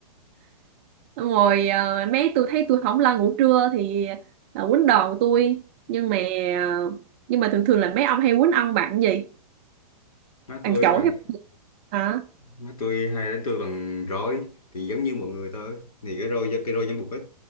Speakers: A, on the right; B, on the left.
A: Xong rồi ờ, mấy tôi thấy tôi không lo ngủ trưa thì là quýnh đòn tôi nhưng mà ờ, nhưng mà thường thường là mấy ông hay quýnh ông bạn gì
B: má
A: bạn
B: tôi
A: chổi
B: ấy là
A: hay bạn gì? hả
B: má tôi hay đánh tôi bằng roi thì giống như mọi người thôi thì cái roi cái roi giấm bụt ấy